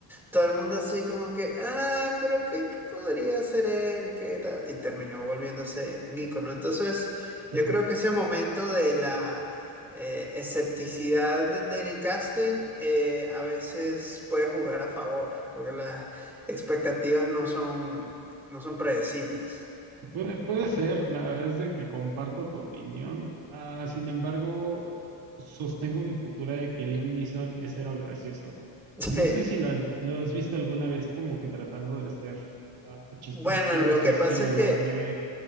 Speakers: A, in the centre; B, on the right.
A: todo el mundo así como que, ah, pero ¿qué, qué podría ser él? ¿Qué tal? Y terminó volviéndose un ícono. Entonces,
B: ujú.
A: yo creo que ese momento de la eh, escepticidad del casting eh, a veces puede jugar a favor, porque las expectativas no son, no son predecibles.
B: Puede, puede ser, la verdad es de que comparto tu opinión. Ah, sin embargo, sostengo mi postura de que Liam Neeson es cero gracioso.
A: <laughs>
B: No
A: Sí.
B: sé si lo, lo has visto alguna vez como que tratando de ser ah, chistoso,
A: Bueno, lo
B: si
A: que pasa
B: sí lo
A: es que
B: logre.